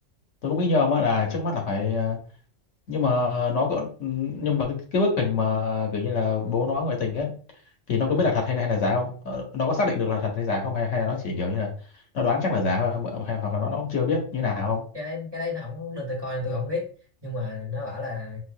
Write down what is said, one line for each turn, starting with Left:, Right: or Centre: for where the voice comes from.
Left: tôi cũng nghĩ như ông á là trước mắt là phải ờ, nhưng mà nó có nhưng mà cái, cái bức hình mà kiểu như là bố nó ngoại tình ấy thì nó
Right: Ờ.
Left: có biết là thật hay là, hay là giả không Ờ, nó có xác định được là thật hay giả không hay hay là nó chỉ kiểu như là nó đoán chắc là giả thôi mà- hay hoặc là nó nó cũng chưa biết như nào không
Right: cái đấy cái đấy nó không nên tôi coi nên tôi không biết nhưng mà nó bảo là